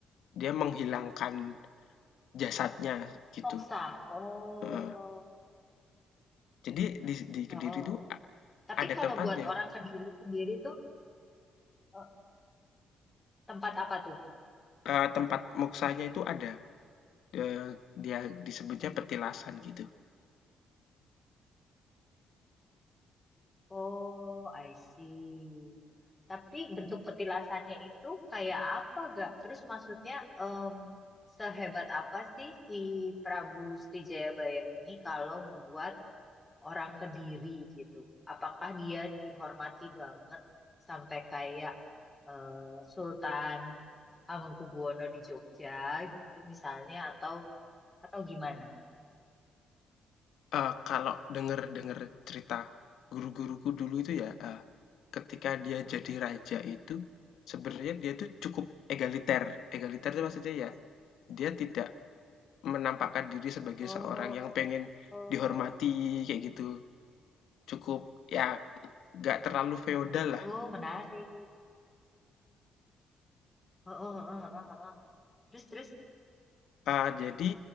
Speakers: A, on the left (about 75°); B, on the left (about 20°).
A: dia menghilangkan jasadnya gitu,
B: Poksa. Oh,
A: heeh. Jadi di di Kediri
B: oh.
A: itu
B: Tapi
A: ada
B: kalau
A: tempatnya,
B: buat orang Kediri sendiri tuh eh, tempat apa tuh?
A: eee, tempat moksanya itu ada. Eee, dia disebutnya petilasan gitu.
B: Oh, I see. Tapi bentuk petilasannya itu kayak apa gak? Terus maksudnya em, sehebat apa sih si Prabu Jayabaya ini kalau buat orang Kediri gitu? Apakah dia dihormati banget sampai kayak eh, Sultan Hamengkubuwono di Jogja gitu misalnya atau atau gimana?
A: Eee, kalau dengar-dengar cerita guru-guruku dulu itu ya, eee, ketika dia jadi raja itu, sebenarnya dia tuh cukup egaliter. Egaliter itu maksudnya ya, dia tidak menampakkan diri sebagai
B: Oh,
A: seorang yang pengen
B: oh,
A: dihormati kayak gitu. Cukup ya nggak terlalu feodal lah.
B: oh, menarik. Oh, oh, oh, oh, oh. Terus, terus.
A: Eee, jadi